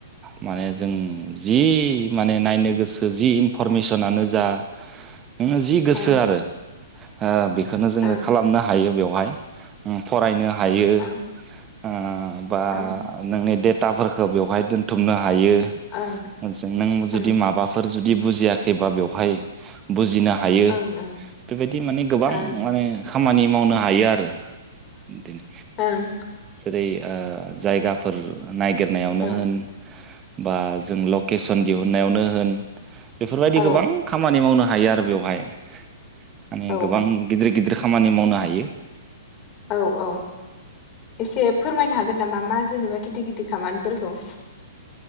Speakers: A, on the right; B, on the left.
A: माने जों जि माने नायनो गोसो जि इनफरमेसनानो जा नोङो जि गोसो
B: ओं
A: आरो ओ बेख खोनो जोङो
B: ओं
A: खालामनो हायो बेयाव बहाय ओम फरायनो हायो
B: ओं
A: आ बा
B: ओं
A: नोंनि देट ताफोरखौ बेवहाय दोनथुमनो हायो
B: ओं
A: नों जुदि
B: ओं
A: माबाफोर जुद दि बुजियाखैबा बेयाव बहाय बुजिना हायो
B: ओं
A: बेबायदि माने गोबां
B: ओं
A: माने खामानि मावनो हायो आरो बिदिनो
B: ओं
A: जेरै ओ जायगाफोर नायगिरनायावनो
B: ओं
A: होन बा जों लकेसन दिहुननायावनो होन बेफोरबायदि
B: औ
A: गोबां नि मावनो हायो आरो बेवहाय माने
B: औ
A: गोबां गिदिर गिदिर खामानि मावनो हायो
B: औ औ एसे फोरमायनो हागोन नामा मा जेनेबा गिदिर गिदिर खामानिफोरखौ